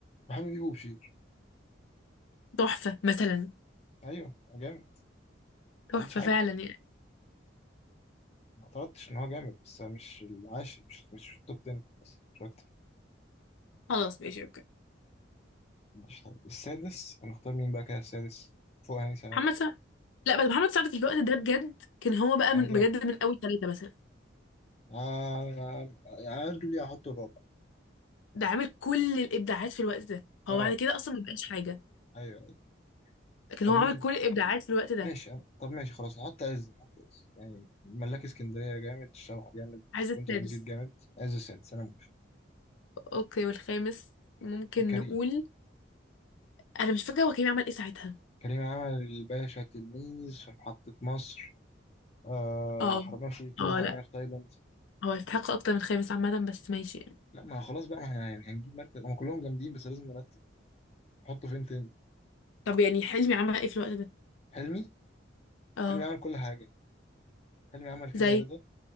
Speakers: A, on the left; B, on the left.
A: بحب بيبو وبشير
B: تحفة مثلا
A: أيوه هو جامد
B: تحفة
A: ما قلتش حاجة
B: فعلا يعني
A: ما اعترضتش إن هو جامد بس مش العاشر مش مش في التوب 10 بس مش أكتر
B: خلاص ماشي اوكي
A: مش طيب. السادس هنختار مين بقى كده السادس فوق هاني سلامة
B: محمد سعد لا بس محمد سعد في الوقت ده بجد كان هو بقى
A: كان
B: من
A: جامد
B: بجد من أول ثلاثة مثلا
A: آه يعني هتجيب لي هحط الرابع
B: ده عامل كل الإبداعات في الوقت ده
A: اه
B: هو بعد كده أصلا ما بقاش حاجة
A: ايوه ايوه
B: لكن
A: طب
B: هو
A: مين
B: عامل كل الإبداعات في الوقت ده
A: ماشي أنا. طب ماشي خلاص نحط عز نحط عز يعني ملاك اسكندريه جامد الشبح جامد
B: عايز
A: سكون
B: السادس
A: ترانزيت جامد عز السادس انا موافق
B: أوكي والخامس ممكن
A: كريم
B: نقول أنا مش فاكرة هو كريم عمل إيه ساعتها
A: كريم عمل الباشا تلميذ في محطه مصر آه
B: اه
A: حرامية في تو
B: اه
A: حرامية
B: لا
A: في تايلاند
B: هو يستحق اكتر من خامس عامة بس ماشي يعني
A: لا ما خلاص بقى ما احنا يعني هنجيب مركز هم كلهم جامدين بس لازم نرتب نحطه فين تاني
B: طب يعني حلمي عمل ايه في الوقت ده
A: حلمي
B: اه
A: حلمي عمل كل حاجه حلمي عمل كده
B: زي
A: رضا